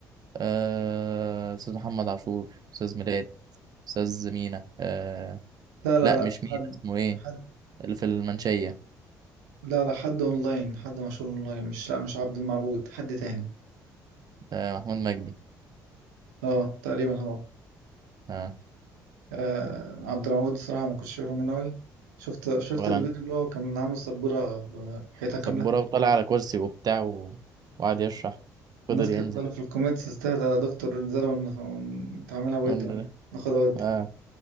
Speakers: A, on the right; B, on the right.
A: آه، أستاذ محمد عاشور أستاذ ميلاد أستاذ مينا آه
B: لا لا
A: لا
B: لا
A: مش مينا اسمه ايه
B: حد
A: اللي في المنشية
B: لا لا حد اونلاين حد مشهور اونلاين مش لا مش عبد المعبود حد تاني
A: آه محمود مجدي
B: اه تقريبا هو
A: آه
B: آه عبد المعبود الصراحة ما كنتش فاهم منه أوي شفت شفت
A: ولا
B: الفيديو
A: أنا
B: اللي هو كان عامل سبورة حيطة كاملة
A: سبورة وطلع على كرسي وبتاع و... وقعد يشرح فضل
B: الناس كانت
A: ينزل
B: بقى في الكومنتس استهدى يا دكتور انزلها ون- ونتعاملها ود
A: ولا-
B: ون- ناخدها ود
A: آه